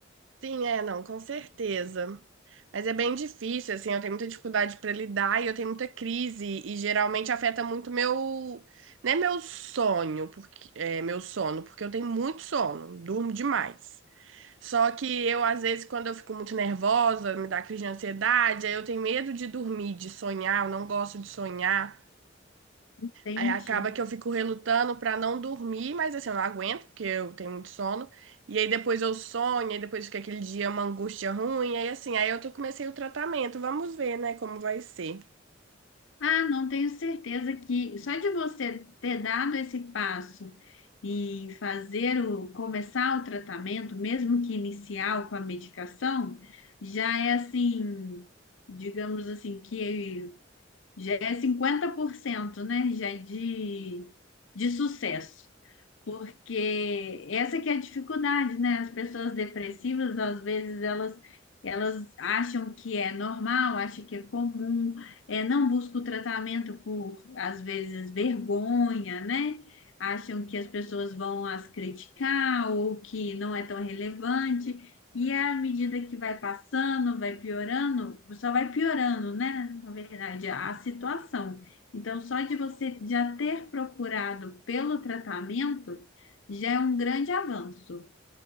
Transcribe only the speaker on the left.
Entende?
Ah, não tenho certeza que só de você ter dado esse passo e fazer o começar o tratamento, mesmo que inicial com a medicação, já é assim, digamos assim, que já é 50%, né, já é de, de sucesso. Porque essa que é a dificuldade, né? As pessoas depressivas, às vezes, elas, elas acham que é normal, acham que é comum, é, não buscam tratamento por, às vezes, vergonha, né? Acham que as pessoas vão as criticar ou que não é tão relevante. E à medida que vai passando, vai piorando, só vai piorando, né? Na verdade, a situação. Então, só de você já ter procurado pelo tratamento já é um grande avanço.